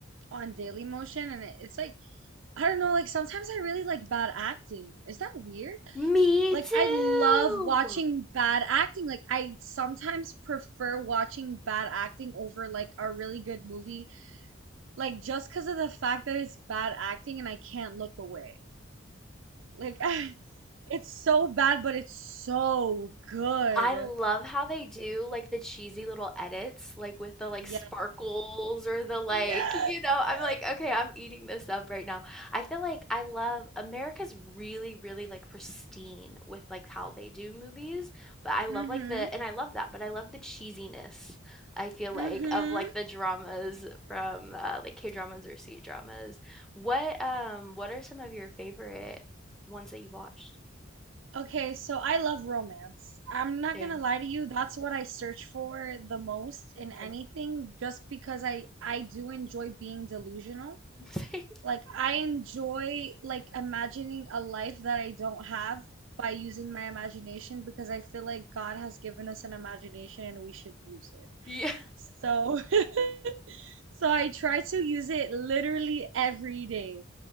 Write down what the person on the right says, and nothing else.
on Daily Motion and it, it's like I don't know like sometimes I really like bad acting. Is that weird?
Like
I love watching bad acting. Like I sometimes prefer watching bad acting over like a really good movie like just because of the fact that it's bad acting and I can't look away. Like <laughs> it's so bad but it's so good.
Yeah.
Yes.
Yeah.
Mm-hmm.
Mm-hmm.
Okay, so I love romance. I'm not
gonna lie to you, that's what I search for the most in anything,
just because I I do enjoy being delusional.
Like I enjoy like imagining a life that I don't have by using my imagination because I feel like God has given us an imagination and we should use it.
So <laughs> So I try to use it literally every day.